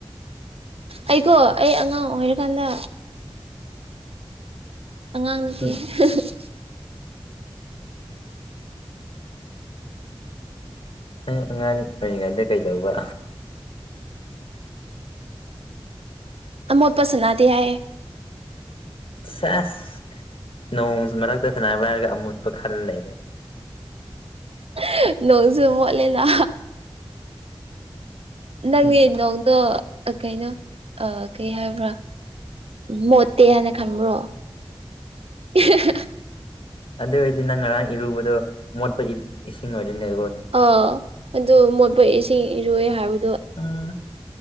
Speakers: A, on the right (about 80°); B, on the left (about 65°).
A: ꯑꯩꯀꯣ ꯑꯩ ꯑꯉꯥꯡ ꯑꯣꯏꯔꯤꯀꯥꯟꯗ ꯑꯉꯥꯡ ꯅꯠꯇꯦ
B: ꯎꯝ
A: <unintelligible>
B: ꯅꯪ ꯑꯉꯥꯡ ꯑꯣꯏꯔꯤꯉꯩꯗ ꯀꯩꯗꯧꯕ
A: ꯑꯃꯣꯠꯄ ꯁꯥꯟꯅꯗꯦ ꯍꯥꯏꯌꯦ
B: ꯁꯦꯁ ꯅꯣꯡꯃ ꯃꯔꯛꯇ ꯁꯥꯟꯅꯕ꯭ꯔ ꯍꯥꯏꯔꯒ ꯑꯃꯣꯠꯄ ꯈꯜ ꯂꯩꯔꯦ
A: <unintelligible> ꯅꯣꯡꯁꯨ ꯃꯣꯠꯂꯦꯅ ꯅꯪꯗꯤ
B: ꯎꯝ
A: ꯅꯣꯡꯗꯣ ꯀꯩꯅꯣ ꯑ ꯀꯩ ꯍꯥꯏꯕ꯭ꯔ ꯃꯣꯠꯇꯦ ꯍꯥꯏꯅ ꯈꯟꯕ꯭ꯔꯣ <unintelligible>
B: ꯑꯗꯨ ꯑꯣꯏꯗꯤ ꯅꯪ ꯉꯔꯥꯡ ꯏꯔꯨꯕꯗꯣ ꯃꯣꯠꯄ ꯏꯁꯤꯡ ꯑꯣꯏꯗꯣꯏꯅꯤꯀꯣ
A: ꯑꫭ ꯑꯗꯨ ꯃꯣꯠꯄ ꯏꯁꯤꯡ ꯏꯔꯣꯏ ꯍꯥꯏꯕ
B: ꯎꯝ